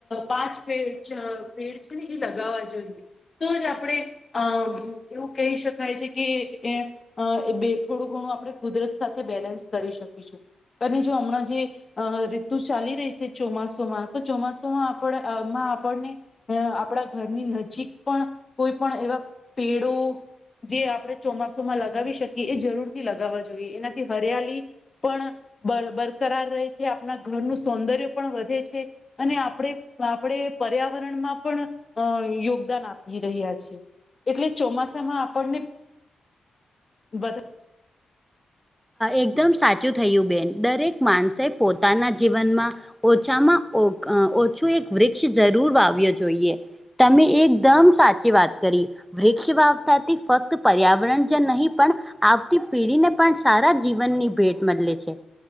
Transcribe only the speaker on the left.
પાંચ પેડ... પેડ છે ને એ લગાવવા જોઈએ. તો જ આપણે.... અ એવું કહી શકાય છે. કે એ... અ એ બે થોડું ઘણું આપણે કુદરત સાથે બેલેન્સ કરી શકીશું. અને જો હમણાં જે... આ ઋતુ ચાલી રહી છે, ચોમાસામાં તો ચોમાસમાં આપણે... આપણને આપણા ઘરની નજીક પણ કોઈ પણ એવા પેડો જે આપણે ચોમાસુમાં લગાવી શકીએ, એ જરૂરથી લગાવવા જોઈએ, એનાથી હરિયાલી પણ બરકરાર રહે છે, આપણા ઘરનું સૌંદર્ય પણ વધે છે. અને આપણે આપણે પર્યાવરણમાં પણ અ યોગદાન આપી રહ્યા છીએ. એટલે ચોમાસામાં આપણને વધારે